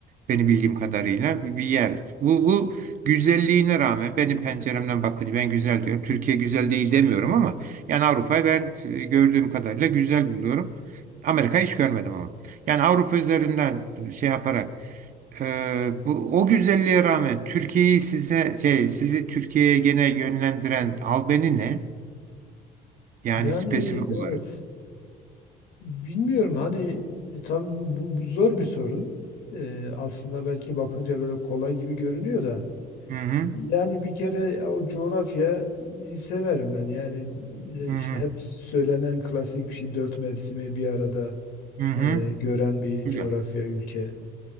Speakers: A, on the right (about 50°); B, on the left (about 80°).
A: benim bildiğim kadarıyla bir yer. Bu bu güzelliğine rağmen benim penceremden bakınca ben güzel diyorum. Türkiye güzel değil demiyorum ama yani Avrupa'yı ben e, gördüğüm kadarıyla güzel buluyorum. Amerika'yı hiç görmedim ama. Yani Avrupa üzerinden şey yaparak e, bu o güzelliğe rağmen Türkiye'yi size şey sizi Türkiye'ye gene yönlendiren albeni ne? Yani
B: Yani
A: spesifik olarak.
B: evet Bilmiyorum hani e, tabii bu, bu- bu zor bir soru. Ee, aslında belki bakınca böyle kolay gibi görünüyor da.
A: Hı hı.
B: Yani bir kere e, o coğrafyayı severim ben. Yani e,
A: Hı hı.
B: işte hep söylenen klasik bir şey dört mevsimi bir arada
A: Hı hı.
B: e, gören bir
A: Güzel.
B: coğrafya ülke.